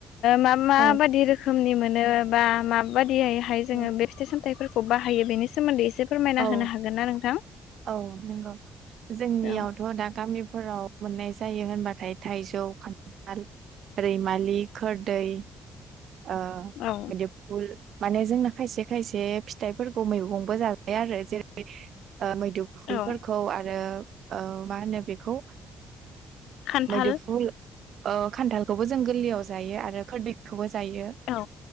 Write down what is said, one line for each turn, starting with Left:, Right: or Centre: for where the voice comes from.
Left: मा माबायदि
Right: औ
Left: रोखोमनि मोनो बा मा। बादियैहाय जोङो
Right: औ
Left: बे फिथाइ सामथाइफोरखौ बाहायो बेनि सोमोन्दै एसे फोरमायना
Right: औ
Left: होनो हागोन ना नोंथां।
Right: औ नंगौ जोंनियावथ'
Left: औ
Right: दा गामिफोराव। मोननाय जायो होनबाथाय थाइजौ खान्थाल रैमालि खोरदै ओ
Left: औ
Right: बिदि लु माने जोंना खायसे खायसे फिथाइफोरखौ मैगंबो जाबाय आरो जेरै ओ मैदुफुलफोरखौ
Left: औ
Right: आरो मा होनो बेखौ
Left: खान्थाल
Right: मैदुफुल ओ खान्थालखौबो जों गोरलयाव जायो आरो खोरदैखौबो जायो
Left: औ